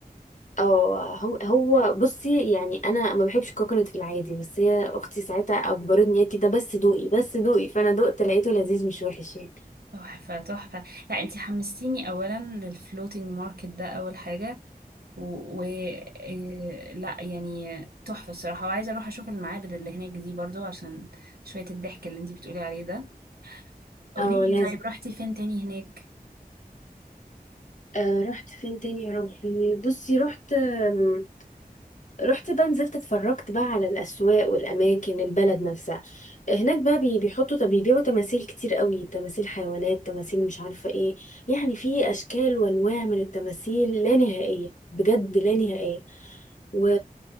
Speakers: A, on the left (about 50°); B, on the right (about 80°).
A: اه هو هو بصي يعني انا ما بحبش الكوكونات في العادي بس هي اختي ساعتها اجبرتني قالت لي ده بس دوقي بس دوقي فانا دقت لقيته لذيذ مش وحش يعني
B: تحفة تحفة لا انتي حمستيني اولا للفلوتينج ماركت ده اول حاجة و, و... إيه... لا يعني تحفة الصراحة وعايزة اروح اشوف المعابد اللي هناك دي برضو عشان شوية الضحك اللي انتي بتقولي عليه ده قوليلي
A: اه لازم
B: طيب رحتي فين تاني هناك
A: آه رحت فين تاني يا ربي بصي رحت آم، رحت بقى نزلت اتفرجت بقى على الأسواق والأماكن البلد نفسها هناك بقى بي- بيحطوا بيبيعوا تماثيل كتير قوي تماثيل حيوانات تماثيل مش عارفة ايه يعني في أشكال وأنواع من التماثيل لا نهائية بجد لا نهائية و...